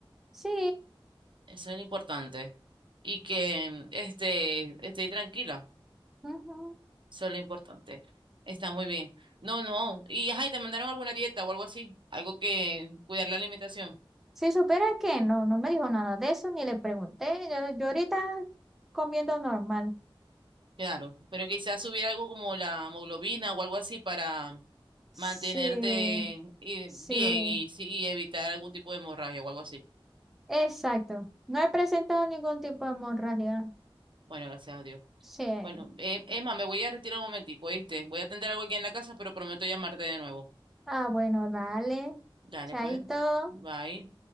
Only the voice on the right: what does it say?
Eso es lo importante. Y que, este, estoy tranquila.
Eso es lo importante. Está muy bien. No, no. Y, ajá, ¿y te mandaron alguna dieta o algo así? Algo que cuidar la alimentación.
Claro, pero quizás subir algo como la hemoglobina o algo así para
mantenerte eh,
bien y, sí, y evitar algún tipo de hemorragia o algo así.
Bueno, gracias a Dios.
Bueno, eh, Emma, me voy a retirar un momentico, ¿oíste? Voy a atender algo aquí en la casa, pero prometo llamarte de nuevo.
Dale,
pues. Bye.